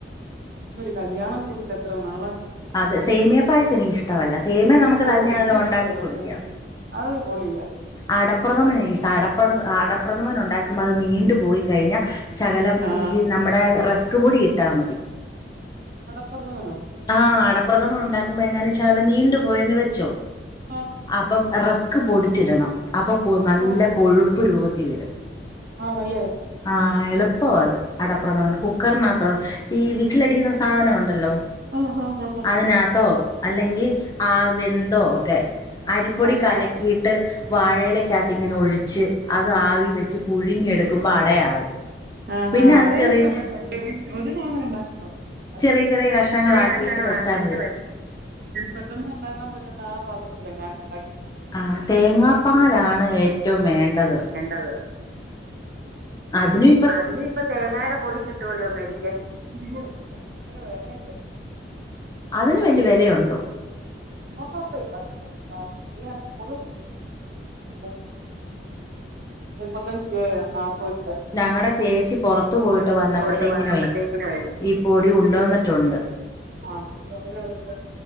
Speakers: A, on the right; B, on the left.
A: ഒരു കല്ല്യാണം കൂടിട്ട് എത്ര നാളായി
B: അത് സേമിയ പായസം എനിക്ക് ഇഷ്ടമല്ല സേമിയ നമക്ക്
A: ഓ
B: തന്നെയാണല്ലോ
A: എനിക്കും
B: ഉണ്ടാക്കി
A: ഇഷ്ടമല്ല
B: കുടിക്കാം
A: സേമിയ അത് കൊള്ളില്ല
B: അടപ്രഥമന ഇഷ്ട അട അടപ്രഥമൻ ഉണ്ടാക്കുമ്പോൾ അത് നീണ്ടു പോയി കഴിഞ്ഞാൽ ശകലം
A: ആഹ്
B: ഈ നമ്മുടെ റെസ്ക് കൂടി ഇട്ടാൽ മതി
A: അടപ്രദമനോ
B: ആഹ് അടപ്രഥമം ഉണ്ടാക്കുമ്പോ എങ്ങനാ ചാലം നീണ്ടു പോയന്ന് വെച്ചോ
A: ആ
B: അപ്പം റസ്ക് പൊടിച്ചിടണം അപ്പൊ കൊ നല്ല
A: ഓ
B: കൊഴുപ്പ് രൂപത്തി വരും
A: ആണല്ലേ
B: ആഹ എളുപ്പം അത് അടപ്പുറം നമ്മ കുക്കറിനകത്തോളം ഈ വിസിലടിക്കുന്ന സാധനം ഉണ്ടല്ലോ
A: ആഹ് ഹ ഹാ.
B: അയിനാത്തോ അല്ലെങ്കി ആ വെന്തോ ഒക്കെ അരിപ്പൊടി
A: അയ്യോ
B: കലക്കി
A: പ
B: ഇട്ട് വാഴയിലക്കാത്ത് ഇങ്ങനെ ഒഴിച്ച് അത് ആവി വെച്ച് പുഴുങ്ങിയെടുക്കുമ്പോ അടയാവും.
A: ആഹഹ
B: പിന്നെ അത്
A: അതെനിക്ക്
B: ചെറിയ
A: ഉണ്ടാക്ക ഒരുണ്ടാക്ക അത്
B: ചെറിയ
A: <inaudible>
B: ചെറിയ കഷ്ണങ്ങളാക്കിയിട്ട് വെച്ചാൽ മതി
A: പെട്ടന്ന് ഒണ്ടാക്കാൻ പറ്റുന്ന ആ പാത്രത്തില ഞാൻ ഉണ്ടാക്ക.
B: ആഹ് തേങ്ങാപ്പാലാണ് ഏറ്റും വേണ്ടത്.
A: അതെ
B: അതിന്
A: അതിന് ഇപ്പതേങ്ങായിടെ പൊടി കിട്ടുവല്ലോ മേടിക്കാൻ ഭായങ്കര വേലലെ.
B: അതിന് വല്യ വെലയുണ്ടോ.
A: ഉണ്ട് ഉണ്ട് <unintelligible> <inaudible> മുപ്പത്തഞ്ച് രൂപയാ നാല്പ്പത് രൂപയ.
B: ഞങ്ങടെ ചേച്ചി പൊറ ത്തു പോയിട്ട് വന്നപ്പത്തേക്കിനെ
A: പോയിട്ട് വന്നപ്പത്തേക്കിനുവേ
B: ഈ പൊടി കുണ്ടോന്നുട്ടുണ്ട്.
A: ആഹ അത് <inaudible>